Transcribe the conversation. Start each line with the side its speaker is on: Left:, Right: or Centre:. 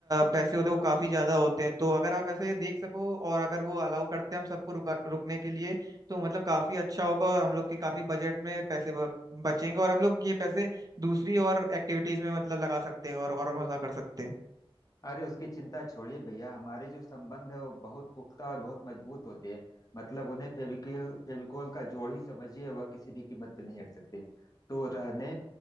Right: पैसे होते हैं वो काफी ज्यादा होते हैं तो अगर आप ऐसा ये देख सको और अगर वो अलाउ करते हैं हम सबको रुका रुकने के लिए तो मतलब काफी अच्छा होगा और हम लोग के काफी बजट में पैसे ब- बचेंगे और हम लोग ये पैसे दूसरी और एक्टिविटीज में मतलब लगा सकते हैं और और मजा कर सकते हैं
Left: अरे उसकी चिंता छोड़िए भैया हमारे जो संबंध है वो बहुत पुख्ता और बहुत मजबूत होते हैं मतलब उन्हें फेविकिल फेविकोल का जोड़ ही समझिए वह किसी भी कीमत पे नहीं हट सकते तो रहने